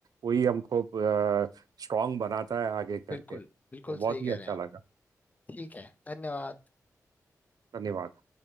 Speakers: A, on the right (about 70°); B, on the left (about 25°).
A: वही हमको स्ट्रांग बनाता है आगे करके
B: बिल्कुल
A: तो
B: बिल्कुल
A: बहुत
B: सही
A: ही
B: कह
A: अच्छा
B: रहे हैं आप
A: लगा
B: ठीक है धन्यवाद
A: धन्यवाद